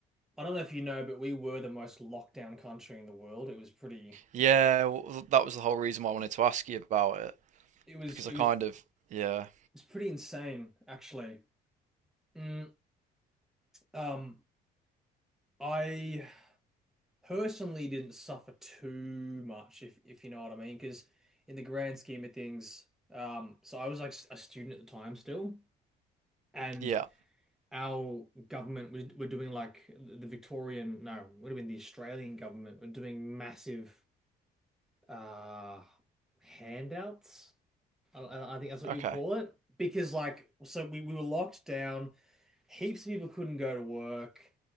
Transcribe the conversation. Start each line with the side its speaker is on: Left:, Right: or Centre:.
Centre: I don't know if you know, but we were the most locked down country in the world. It was pretty
Right: Yeah, well, that was the whole reason why I wanted to ask you about it
Centre: it was
Right: because
Centre: it
Right: I kind
Centre: was It
Right: of yeah
Centre: was pretty insane actually. Mm, um I personally didn't suffer too much if if you know what I mean because in the grand scheme of things um so I was like s- a student at the time still and
Right: yeah
Centre: our government was were doing like the Victorian, no, would have been the Australian government were doing massive uh handouts. I, I I think that's what
Right: okay
Centre: you'd call it. Because like so we, we were locked down, heaps of people couldn't go to work.